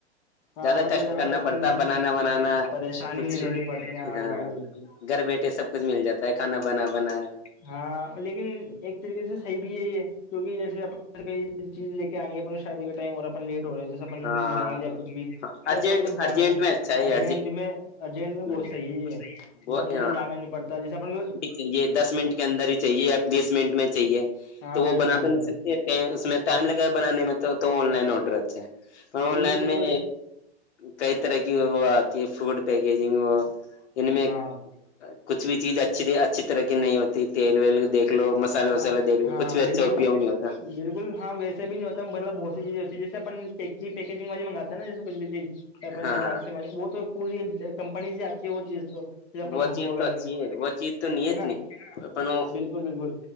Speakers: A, on the left; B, on the left.
A: ہاں
B: زیادہ
A: مطلب
B: کشٹ کرنا
A: پریشانی
B: پڑتا بنانا ونانا
A: پریشانی
B: کچھ
A: نہیں لینی پڑتی ہے
B: بھی ہاں
A: بالکل بالکل
B: گھر بیٹھے سب کچھ مل جاتا ہے کھانا بنا بنایا
A: ہاں لیکن ایک طریقے سے صحیح بھی ہے یہ کیک جیسے آ کئی چیز لے کے آنی ہے اپنا شادی کا ٹائم ہو رہا اپن لیٹ ہو رہے ہیں جیسے اپن
B: ہاں
A: منگا لیا
B: تو
A: کچھ بھی
B: ہاں
A: تو
B: ارجنٹ
A: اپن کچھ جانا
B: ارجنٹ
A: نہیں
B: میں اچھا ہے
A: ارجنٹ میں ارجنٹ میں بہت
B: ہ
A: صحیح ہے
B: وہ
A: جیسے اپن
B: ہاں
A: کویں جانا نہیں پڑتا جیسے اپن کو
B: چاہیے دس منٹ کے اندر ہی چاہیے یا بیس منٹ میں چاہیے
A: ہاں
B: تو وہ
A: بالکل
B: بنا تو
A: بالکل
B: نہیں سکتا اس میں ٹائم لگا ہے بنانے میں تو آن لائن آڈر اچھا ہے آن
A: بالکل
B: لائن
A: بالکل
B: میں کئی طرح کی وہ آتی ہے فوڈ پیکیجنگ وہ ان میں
A: ہاں
B: کچھ بھی چیز اچھی اچھی طرح کی نہیں ہوتی تیل ویل دیکھ لو مسالہ وسالہ
A: ہاں
B: دیکھ لو
A: ہاں
B: کچھ بھی اچھا
A: بالکل
B: اپیوگ نہیں ہوتا
A: بالکل ہاں نہیں ہوتا بہت سیز ہوتی جیے اپ پیکجگ بجی مگات نا جیسے کچھ بھی چیزن
B: ہاں
A: جی آ وہ تو پوری کمپنی سے آتی ہے وہ چیز تو اپنے
B: وہ
A: ہوگو
B: چیز
A: وغیرہ
B: تو اچھی
A: ک
B: ہے وہ چیز تو نہیں
A: ہے
B: اتنی
A: نا
B: اپنوں
A: بالکل بالکل